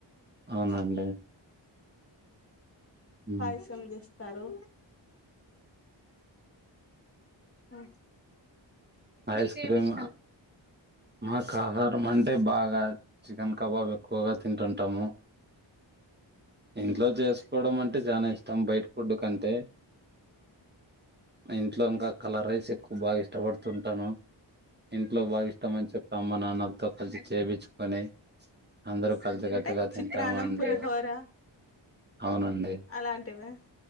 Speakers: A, on the right (about 20°); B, on the left (about 30°).
A: అవునండి ఉ
B: పాయసం చేస్తారు ఆ
A: ఐస్ క్రీమ్ మాకు ఆహారం అంటే బాగా చికెన్ కబాబ్ ఎక్కువగా తింటుంటాము ఇంట్లో చేసుకోవడం అంటే చాలా ఇష్టం బయట ఫుడ్ కంటే ఇంట్లో ఇంకా కలర్ రైస్ ఎక్కువ బాగా ఇష్టపడ ంటాను ఇంట్లో బాగా ఇష్టం అని చెప్పి అమ్మ నాన్నలతో కలిసి చేపిచ్చుకొని అందరు కలిసిగట్టుగా
B: అంటే చిత్రాన్నం
A: అంటమండి
B: పులిహోర
A: అవునండి
B: అలాంటివి